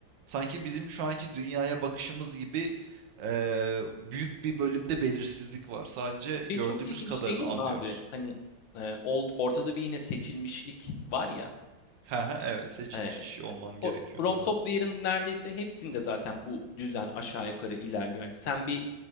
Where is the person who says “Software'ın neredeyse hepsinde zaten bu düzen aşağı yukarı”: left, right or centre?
Left